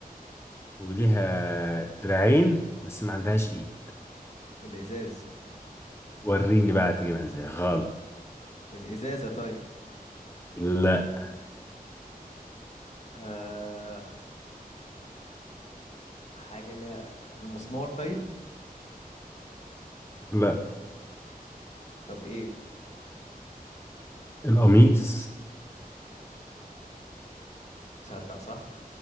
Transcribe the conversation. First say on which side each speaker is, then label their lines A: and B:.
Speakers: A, on the left; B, on the left.
A: وليها دراعين بس ما عندهاش ايد
B: الازاز
A: وريني بقى هتجيبها ازاي غلط
B: ال... الازازه طيب
A: لا
B: آه... حاجه ليها المسمار طيب
A: لا
B: طب ايه
A: القميص
B: تصدق صح